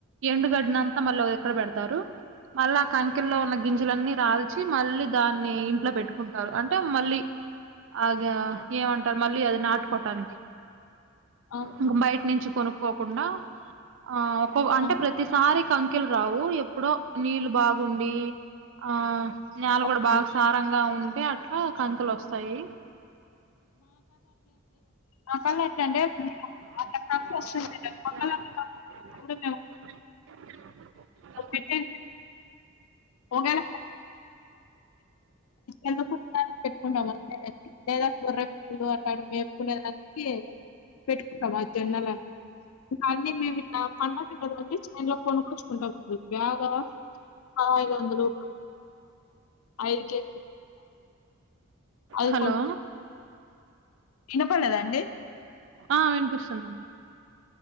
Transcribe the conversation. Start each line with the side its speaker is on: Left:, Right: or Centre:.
Right: ఎండుగడ్నంతా మళ్ళీ ఒదిక్కడ బెడతారు మళ్ళా ఆ కంకెల్లో ఉన్న గింజలన్నీ రాల్చి మళ్ళీ దాన్ని ఇంట్లో పెట్టుకుంటారు అంటే మళ్ళీ అగా ఏమంటారు మళ్ళీ అది నాట్కోటాన్
Left: ఆహా!
Right: ఇంక బయట నుంచి కొనుక్కోకుండా ఆ ఒకౌ అంటే
Left: ఆహా!
Right: ప్రతిసారి కం రావు ఎప్పుడో నీళ్లు బాగుండి ఆ నేల
Left: ఓకే.
Right: గుడా బాగ్ సారం గా ఉంటే అట్లా కంకలు వస్తాయి
Left: ఆసండ్ ఎట్లంటే
Right: <inaudible>
Left: అట్లా కఫ్ వస్తుంటది. మా కల్లా అట్లా కఫ్ కూడా ఒక్కటే ఓహేలెప్పే ఎందుకు పెట్టుకుంటాం అంతేలే లేదా బొర్రె అటాంటివి మేపుకునేదానికి పెట్టుకుంటం అ జన్నలా ఇంక అన్నీ మేమిగ పండక్కి చైన్లో కొనుక్కొచ్చుకుంటా బ్యాగా ఆయిదొందలు ఐదు కే అది
Right: హలో
Left: కొన్ ఇనపడ్లేదా అండి
Right: ఆ వినిపిస్తుందండి